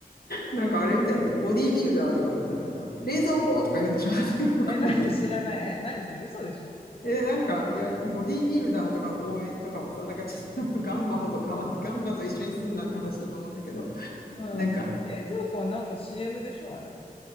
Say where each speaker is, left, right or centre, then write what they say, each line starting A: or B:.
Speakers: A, on the left; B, on the left.
A: なんかあれみたいだね。ボディービルダーとかでなんかさ、冷蔵庫とか言うんでしょ <laughs> なんかよく <laughs> わかんないけど。
B: <laughs> え、何知らないえ、何それ嘘でしょ
A: え、なんか、いや、ボディービルダーとかの応援とかもさ、なんかちょっと <laughs> ガンバほど変わる。ガンバと一緒にすんなって話だと思うんだけど、
B: うん。
A: なんか、
B: 冷蔵庫はなんか CM でしょあれは。